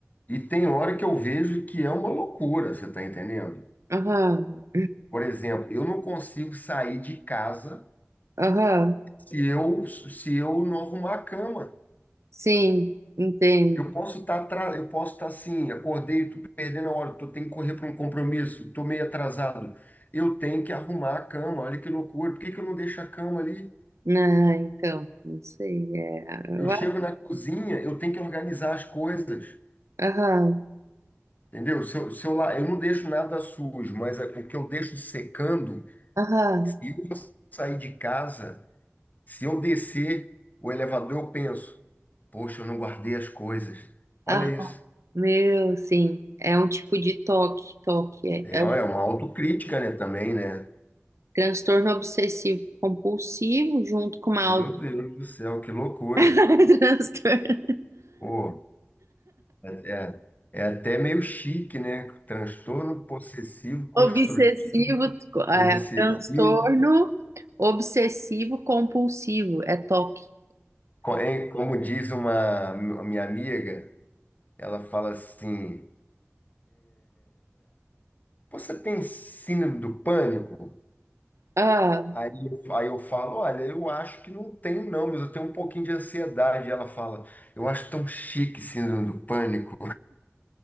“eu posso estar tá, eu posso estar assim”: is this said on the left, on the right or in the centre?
Left